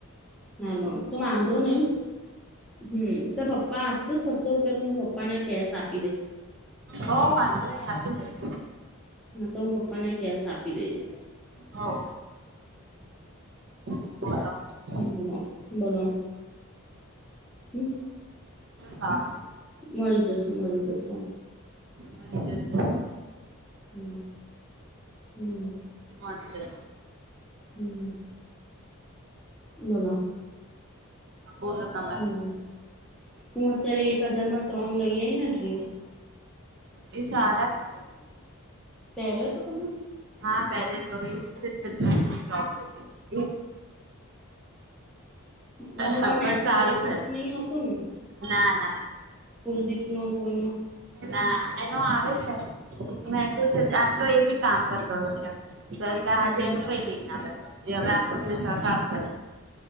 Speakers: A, in the centre; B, on the right.
A: હલો તો વાંધો નઈ હમ્મ, તો પપ્પા આપશે છસો રૂપિયા તો હું પપ્પાને કેશ આપ
B: હો વાંધો નહી આપી દેસુ
A: હા, તો હું પપ્પાને કેશ આપી દઈશ.
B: હઓ. બોલો
A: હમ બોલો. હમ
B: હા.
A: મળી જશે, મળી જશે
B: મળી જશે
A: હમ, હમ, હમ
B: મસ્ત છે.
A: હમ, બોલો
B: બોલો, તમે
A: હમ હું, અત્યારે એક હજારમાં ત્રણ લઈ આવીને ડ્રેસ
B: એ સારા છે.
A: પહેર્યો તો તમે
B: પહેયો તો બી એજ દિવસે જોબ ગઈ તો
A: હ કોઈનો
B: હા
A: મેસેજ
B: પણ સારું
A: વેસેજ
B: થયું
A: તો, નહીં આવતો ને
B: ના ના
A: કુલદીપનો કોઈનો
B: ના એનો આવે છે. મે તો આજ તો એ બી કામ પર ગયો છે. આજે
A: હમ
B: એનું કઈ નઈ આવે એ હવે આખો દિવસ કામ કરે